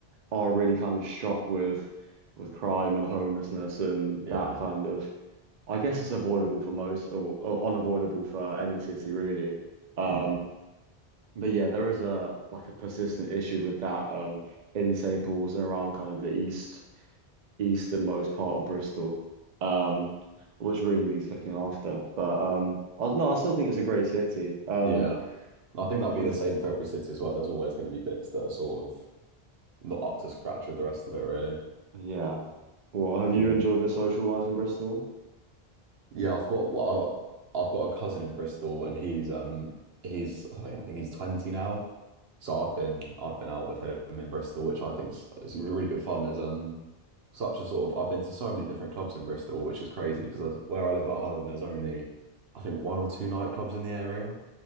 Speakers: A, on the right; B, on the right.
A: are really kind of struck with with crime and homelessness and
B: Yeah.
A: that kind of. I guess it's avoidable for most, or, or unavoidable for any city, really. Um,
B: Mm.
A: but yeah, there is a like a persistent issue with that um, in St. Paul's and around kind of the east easternmost part of Bristol, um, which really needs looking after. But um, I, no, I still think it's a great city. Um,
B: Yeah. I think that'll be
A: have,
B: the same for every city as well. There's always going to be bits that are sort of not up to scratch with the rest of it, really.
A: yeah. Well, have you
B: Mm.
A: enjoyed the social life in Bristol?
B: Yeah, I've got well, I've I've got a cousin in Bristol, and he's um he's I think I think he's 20 now. So I've been I've been out with him in Bristol, which I think is, is really good fun. There's um such a sort of I've been to so many different clubs in Bristol, which is crazy because where I live at home, there's only I think one or two nightclubs in the area.